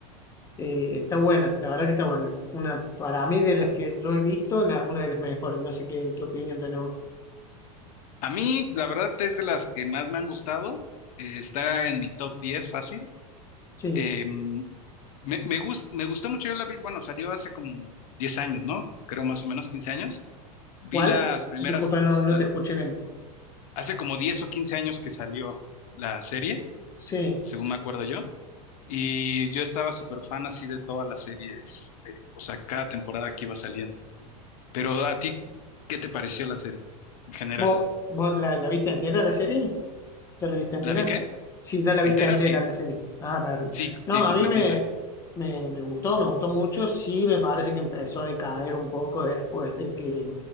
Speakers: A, on the left; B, on the left.
A: eh, está buena, la verdad que está buena. Una, para mí, de las que yo he visto, la, una de las mejores. No sé qué, qué opinión tenés vos.
B: A mí, la verdad, es de las que más me han gustado. Eh, está en mi top 10 fácil.
A: Sí.
B: Eh, me, me, gust- me gustó mucho, yo la vi, bueno, salió hace como 10 años, ¿no? Creo más o menos 15 años. Vi
A: ¿Cuál?
B: las primeras,
A: Disculpa, no, no
B: la-
A: te escuché bien.
B: hace como 10 o 15 años que salió la serie,
A: Sí.
B: según me acuerdo yo. Y yo estaba súper fan así de todas las series, eh, o sea, cada temporada que iba saliendo. Pero a ti, ¿qué te pareció la serie en general?
A: ¿Vos, vos la, la viste entera la serie? ¿Ya la viste entera?
B: ¿La vi qué?
A: Sí, ya la
B: ¿Entera?
A: viste entera
B: Sí,
A: la serie. Ah, per-
B: sí,
A: No,
B: sí, completita.
A: a mí me, me, me gustó, me gustó mucho. Sí, me parece que empezó a decaer un poco después de que,